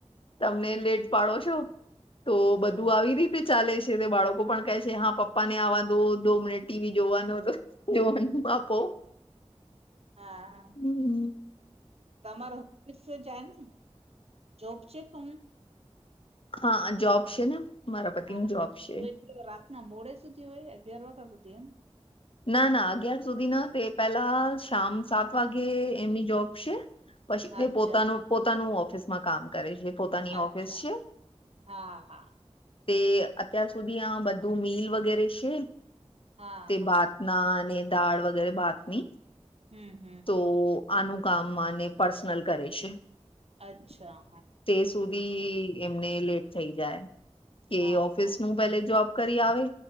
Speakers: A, on the left; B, on the right.
A: તમને લેટ પાડો છો. તો બધું આવી રીતે ચાલે છે. તે બાળકો પણ કહે છે, હા પપ્પા ને આવા દો, દો મિનિટ. ટી વી જોવાનો તો જોવાનું આપો.
B: હા, હા.
A: હમ્મ-હમ્મ.
B: તમારે ઓફિસ જાવાનુંન? જોબ છે <unintelligible>
A: હા જોબ સે ને. મારા પતિની
B: હા.
A: જોબ છે
B: તો એટલો રાતના મોડે સુધી હોય, અગિયાર વાગા હુધી એમ.
A: ના, ના. અગિયાર સુધી ના, તે પહેલા શામ સાત વાગે એમની જોબ છે. પછી તે
B: અચ્છા
A: પોતાનું-પોતાનું ઓફિસમાં કામ કરે છે. પોતાની
B: અચ્છા
A: ઓફિસ છે.
B: હા, હા.
A: તે અત્યાર સુધી આ બધું મિલ વગેરે છે,
B: હા
A: તે
B: હા
A: ભાત ના અને દાળ વગેરે ભાતની.
B: હમ્મ.
A: તો આનું કામ આને પર્સનલ કરે છે.
B: અચ્છા હા.
A: તે સુધી એમને લેટ થઈ જાય. કે
B: હા
A: ઓફિસનું
B: હા
A: પહેલે જોબ કરી આવે,